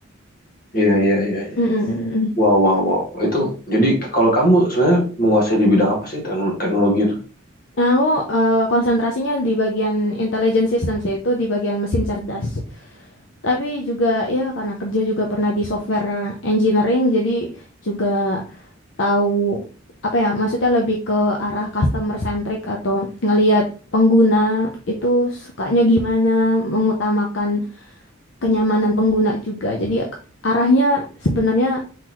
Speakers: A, on the left (about 45°); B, on the left (about 65°).
A: Iya, iya, iya. iya.
B: Mm-mm.
A: Wow, wow, wow. Itu, jadi kalau kamu sebenarnya menguasai di bidang apa sih tekn- teknologi itu?
B: Nah, aku eh, konsentrasinya di bagian intelligent system sih itu di bagian mesin cerdas. Tapi juga ya karena kerja juga pernah di software engineering jadi juga tahu apa ya maksudnya lebih ke arah customer centric atau ngelihat pengguna itu sukanya gimana mengutamakan kenyamanan pengguna juga. Jadi arahnya sebenarnya